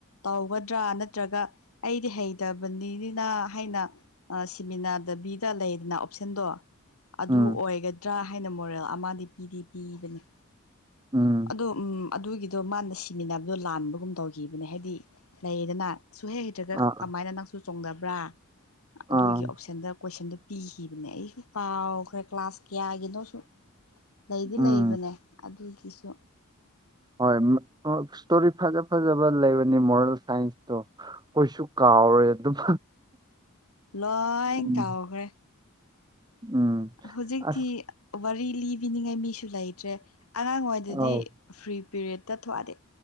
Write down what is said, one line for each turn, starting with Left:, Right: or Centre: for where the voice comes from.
Left: ꯇꯧꯒꯗ꯭ꯔꯥ ꯅꯠꯇ꯭ꯔꯒ ꯑꯩꯗꯤ ꯍꯩꯇꯕꯅꯤꯅꯤꯅ ꯍꯥꯏ ꯅ ꯑꯥ ꯁꯤꯃꯤꯅꯥꯗꯕꯤꯗ ꯂꯩꯗꯅ ꯑꯣꯞꯁꯦꯟꯗꯣ ꯑꯗꯨ
Right: ꯎꯝ
Left: ꯑꯣꯏꯒꯗ꯭ꯔꯥ ꯍꯥꯏꯅ ꯃꯣꯔꯦꯜ ꯑꯃꯗꯤ ꯄꯤꯗꯤ ꯄꯤꯕꯅꯦ
Right: ꯎꯝ
Left: ꯑꯗꯣ ꯎꯝ ꯑꯗꯨꯒꯤꯗꯣ ꯃꯥꯅ ꯁꯤ ꯁꯤꯃꯤꯟꯅꯕꯗꯣ ꯂꯥꯟꯕꯒꯨꯝ ꯇꯧꯈꯤꯕꯅꯦ ꯍꯥꯏꯗꯤ ꯂꯩꯌꯦꯗꯅ ꯁꯨꯍꯩ ꯍꯩꯇ꯭ꯔꯒ
Right: ꯑꯥ
Left: ꯀꯃꯥꯏꯅ ꯅꯪꯁꯨ ꯆꯣꯡꯗꯕ꯭ꯔꯥ
Right: ꯑꯥ
Left: ꯑꯗꯨꯒꯤ ꯑꯣꯞꯁꯟꯗ ꯀꯣꯏꯁꯟꯗꯨ ꯄꯤꯈꯤꯕꯅꯦ ꯑꯩ ꯀꯥꯎꯈ꯭ꯔꯦ ꯀ꯭ꯂꯥꯁ ꯀꯌꯥꯒꯤꯅꯣꯁꯨ ꯂꯩꯗꯤ
Right: ꯎꯝ
Left: ꯂꯩꯕꯅꯦ ꯑꯗꯨꯒꯤꯁꯨ
Right: ꯍꯣꯏ ꯏꯁꯇꯣꯔꯤ ꯐꯖ ꯐꯖꯕ ꯂꯩꯕꯅꯤ ꯃꯣꯔꯦꯜ ꯁꯥꯏꯟꯁꯇꯣ ꯑꯩꯈꯣꯏꯁꯨ ꯀꯥꯎ ꯀꯥꯎꯔꯦ ꯑꯗꯨꯝ
Left: ꯂꯣꯏ
Right: ꯎꯝ
Left: ꯀꯎꯒ꯭ꯔꯦ
Right: ꯎꯝ
Left: ꯍꯧꯖꯤꯛꯇꯤ
Right: ꯑꯁ
Left: ꯋꯥꯔꯤ ꯂꯤꯕꯤꯅꯤꯉꯥꯏ ꯃꯤꯁꯨ ꯂꯩꯇ꯭ꯔꯦ ꯑꯉꯥꯡꯋꯥꯗꯗꯤ
Right: ꯑꯥꯎ
Left: ꯐ꯭ꯔꯤ ꯄꯤꯔꯤꯠꯇ ꯊꯣꯛꯑꯗꯤ